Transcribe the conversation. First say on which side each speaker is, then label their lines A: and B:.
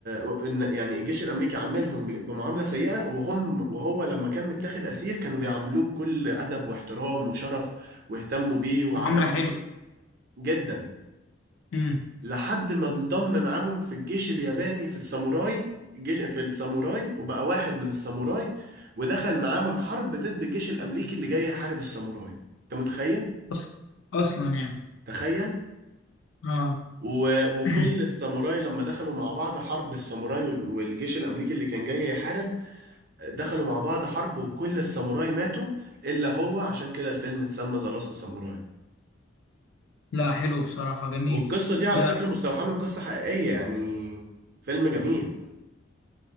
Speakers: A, on the right; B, on the left.
A: وان يعني الجيش الامريكي عاملهم ب- بمعامله سيئه وهم وهو لما كان متاخد اسير كانوا بيعاملوه بكل ادب واحترام وشرف واهتموا بيه وعالجوه
B: معاملة حلوة
A: جدا
B: امم
A: لحد ما انضم معاهم في الجيش الياباني في الساموراي الجيش في الساموراي وبقى واحد من الساموراي ودخل معاهم حرب ضد الجيش الأمريكي اللي جاي يحارب الساموراي انت متخيل
B: أص- اصلا يعني
A: تخيل
B: اه
A: و... وكل
B: <clears throat>
A: الساموراي لما دخلوا مع بعض حرب الساموراي وال- والجيش الأمريكي اللي كان جاي يحارب دخلوا مع بعض حرب وكل الساموراي ماتوا إلا هو عشان كده الفيلم اتسمى ذا لاست ساموراي
B: لا حلو بصراحة جميل
A: والقصة دي على
B: لا
A: فكرة مستوحاة من قصة حقيقية يعني فيلم جميل